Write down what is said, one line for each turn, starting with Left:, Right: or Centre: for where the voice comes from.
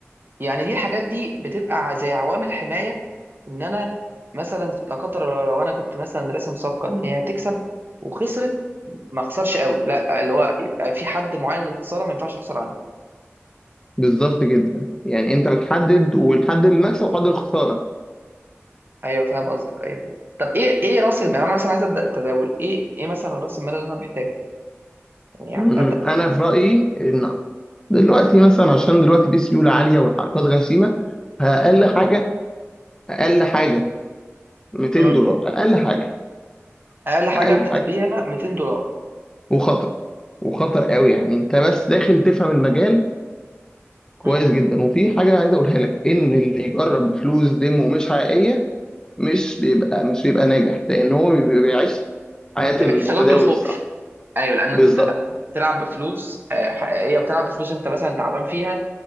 Right: يعني دي الحاجات دي بتبقى زي عوامل حمايه ان انا مثلا لا قدر الله لو انا كنت مثلا راسم صفقه ان هي هتكسب وخسرت ما اخسرش قوي لا اللي هو يبقى في حد معين للخساره ما ينفعش اخسر عنه
Left: بالظبط جدا يعني انت بتحدد والحد المكسب وحد الخساره
Right: ايوه فاهم قصدك ايوه فاهم طب ايه ايه راس المال انا مثلا عايز ابدا التداول ايه ايه مثلا راس المال اللي انا محتاجه يعني
Left: م-
Right: ابدا
Left: م.
Right: بكام
Left: انا في رايي ان دلوقتي مثلا عشان دلوقتي في سيوله عاليه والحركات غشيمه فاقل حاجه اقل حاجه 200
Right: امم
Left: دولار اقل حاجه
Right: اقل حاجه
Left: اقل
Right: ابدا
Left: حاجه
Right: بيها 200 دولار
Left: وخطر وخطر قوي يعني انت بس داخل تفهم المجال كويس
Right: امم
Left: جدا وفي حاجه عايز اقولها لك ان اللي يجرب بفلوس ديمو مش حقيقيه مش بيبقى مش بيبقى ناجح لان هو بيبقى بيعيش حياه
Right: ما
Left: المتداول
Right: بيعيش تجربه الخوف
Left: الصح
Right: ايوه لان
Left: بالظبط
Right: انت بتبقى بتلعب بفلوس آه، حقيقيه بتلعب بفلوس انت مثلا تعبان فيها